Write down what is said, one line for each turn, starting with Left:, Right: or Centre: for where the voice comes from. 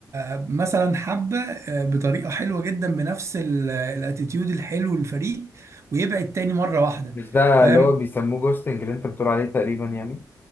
Right: آه، مثلا حبة آه بطريقة حلوة جدا بنفس الاتيتيود الحلو للفريق ويبعد تاني مرة واحدة
Left: مش ده
Right: فاهم
Left: اللي هو بيسموه جوستنج اللي انت بتقول عليه تقريبا يعني